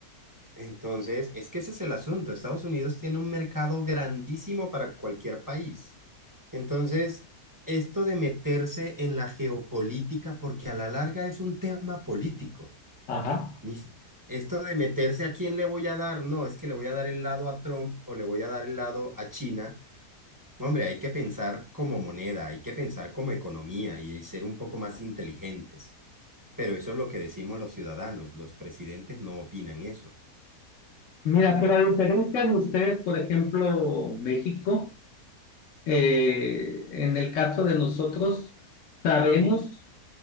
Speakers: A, on the right; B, on the left.
A: Entonces, es que ese es el asunto. Estados Unidos tiene un mercado grandísimo para cualquier país. Entonces, esto de meterse en la geopolítica, porque a la larga es un tema político.
B: Ajá.
A: ni si- Esto de meterse a quién le voy a dar, no, es que le voy a dar el lado a Trump o le voy a dar el lado a China. No, Hombre, hay que pensar como moneda, hay que pensar como economía y y ser un poco más inteligentes. Pero eso es lo que decimos los ciudadanos. Los presidentes no opinan eso.
B: Mira, pero a diferencia de ustedes, por ejemplo, México, eh, en el caso de nosotros, sabemos